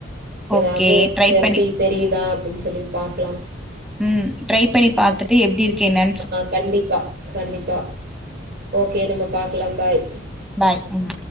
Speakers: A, on the right (about 55°); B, in the centre.
A: எதாவ்து
B: ஓகே. ட்ரை
A: ரெமடி
B: பண்ணி
A: தெரியுதா அப்டின் சொல்லி பாக்கலாம்
B: ம் ட்ரை பண்ணி பா த்துட்டு எப்டி இருக்கு எண்ணெ
A: அ கண்டிப்பா கண்டிப்பா ஓகே நம்ம பாக்கலாம் பாய்
B: பாய் ம்